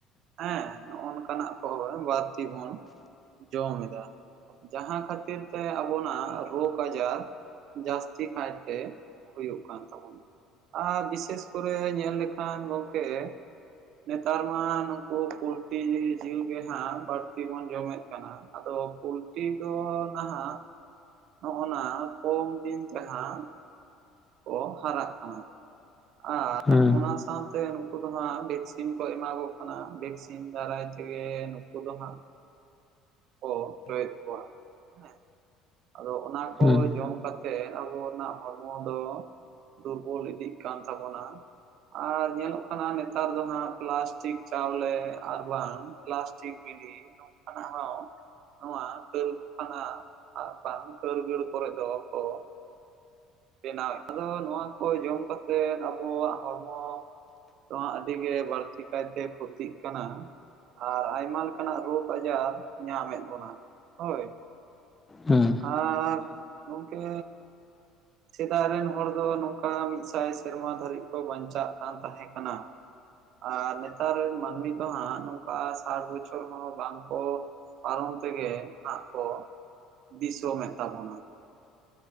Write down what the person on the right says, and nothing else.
ᱦᱮᱸ ᱱᱚᱜ ᱱᱚᱝᱠᱟᱱᱟᱜ ᱠᱷᱚᱵᱚᱨ ᱵᱟᱹᱲᱛᱤ ᱵᱚᱱ ᱡᱚᱢ ᱫᱟ᱾ ᱡᱟᱦᱟᱸ ᱠᱷᱟᱹᱛᱤᱨ ᱛᱮ ᱟᱵᱚᱱᱟᱜ ᱨᱳᱜᱽ ᱟᱡᱟᱨ ᱡᱟᱹᱥᱛᱤ ᱠᱟᱭᱛᱮ ᱦᱩᱭᱩᱜ ᱠᱟᱱ ᱛᱟᱵᱚᱱᱟ ᱟᱨ ᱵᱤᱥᱮᱥ ᱠᱚᱨᱮ ᱧᱮᱞ ᱞᱮᱠᱷᱟᱱ ᱜᱚᱝᱠᱮ, ᱱᱮᱛᱟᱨ ᱢᱟ ᱱᱩᱠᱩ ᱯᱳᱞᱴᱤ ᱡᱤᱞ-ᱡᱤᱞ ᱜᱮ ᱦᱟᱸᱜ ᱵᱟᱹᱲᱛᱤ ᱵᱚᱱ ᱡᱚᱢᱮᱫ ᱠᱟᱱᱟ᱾ ᱟᱫᱚ ᱯᱩᱞ ᱴᱤ ᱫᱚ ᱱᱟᱦᱟᱜ, ᱱᱚᱜ-ᱱᱟ ᱠᱚᱢ ᱫᱤᱱ ᱛᱮᱦᱟᱸᱜ ᱠᱚᱻ ᱦᱟᱨᱟᱜ ᱠᱟᱱᱟ᱾ ᱟᱨ
ᱚᱱᱟ ᱥᱟᱶᱛᱮ ᱱᱩᱠᱩ ᱫᱚ ᱦᱟᱸᱜ ᱵᱷᱮᱠᱥᱤᱱ ᱠᱚ ᱮᱢᱟ ᱠᱚ ᱠᱟᱱᱟ ᱵᱷᱮᱠᱥᱤᱱ᱾ ᱛᱤᱱ ᱫᱟᱨᱟᱭ ᱛᱮᱜᱮ ᱱᱩᱠᱩ ᱫᱚ ᱦᱟᱸᱜ, ᱠᱚ ᱨᱚᱭᱮᱫ ᱠᱚᱣᱟ, <unintelligible> ᱦᱮᱸ ᱟᱫᱚ ᱚᱱᱟ ᱠᱚ
ᱡᱚᱢ ᱠᱟᱛᱮ ᱛᱮ ᱟᱵᱚᱱᱟᱜ ᱦᱚᱲᱢᱚ ᱫᱚ ᱫᱩᱨᱵᱚᱞ ᱤᱫᱤᱜ ᱠᱟᱱ ᱛᱟᱵᱚᱱᱟ᱾ ᱟᱨ ᱧᱮᱞᱚᱜ ᱠᱟᱱᱟ ᱱᱮᱛᱟᱨ ᱫᱚ ᱦᱟᱸᱜ ᱯᱞᱟᱥᱴᱤᱠ ᱪᱟᱣᱞᱮ ᱟᱨ ᱵᱟᱝ ᱯᱞᱟᱥᱴᱤᱠ ᱵᱤᱞᱤ ᱱᱚᱸᱠᱟᱱᱟ ᱦᱚᱸ, ᱱᱚᱣᱟ ᱠᱟᱹᱨᱠᱷᱟᱱᱟ ᱟᱨ ᱵᱟᱝ ᱠᱟᱹᱨᱜᱟᱹᱲ ᱠᱚᱨᱮ ᱫᱚ ᱠᱚ, ᱵᱮᱱᱟᱣᱮᱫ, ᱟᱫᱚ ᱱᱚᱣᱟ ᱠᱚ ᱡᱚᱢ ᱠᱟᱛᱮ ᱮᱫ ᱟᱵᱚᱣᱟᱜ ᱦᱚᱲᱢᱚ ᱱᱚᱣᱟ ᱟᱰᱤ ᱜᱮ ᱵᱟᱲᱛᱤ ᱠᱟᱭ ᱛᱮ ᱠᱷᱚᱛᱤᱜ ᱠᱟᱱᱟ ᱾ ᱟᱨ ᱟᱭᱢᱟ ᱞᱮᱠᱟᱱᱟᱜ ᱨᱳᱜᱽ ᱟᱡᱟᱨ ᱧᱟᱢ ᱮᱫ ᱵᱚᱱᱟ ᱦᱳᱭ ᱾
ᱟᱨᱻ ᱜᱚᱢᱠᱮᱻ, ᱥᱮᱫᱟᱭ ᱨᱮᱱ ᱦᱚᱲ ᱫᱚ ᱱᱚᱝᱠᱟ ᱢᱤᱫ ᱥᱟᱭ ᱥᱮᱨᱢᱟ ᱫᱷᱟᱨᱤᱡ ᱠᱚ ᱵᱟᱧᱪᱟᱜ ᱠᱟᱱ ᱛᱟᱦᱮᱸ ᱠᱟᱱᱟ ᱾ ᱟᱨ ᱱᱮᱛᱟᱨ ᱨᱮᱱ ᱢᱟᱱᱢᱤ ᱫᱚ ᱦᱟᱸᱜ ᱱᱚᱝᱠᱟ ᱥᱟᱴ ᱵᱚᱪᱷᱚᱨ ᱦᱚᱸ ᱵᱟᱝ ᱠᱚ ᱯᱟᱨᱚᱢ ᱛᱮᱜᱮ ᱦᱟᱸᱜ ᱠᱚ ᱫᱤᱥᱚᱢᱮᱫ ᱛᱟᱵᱚᱱᱟ ᱾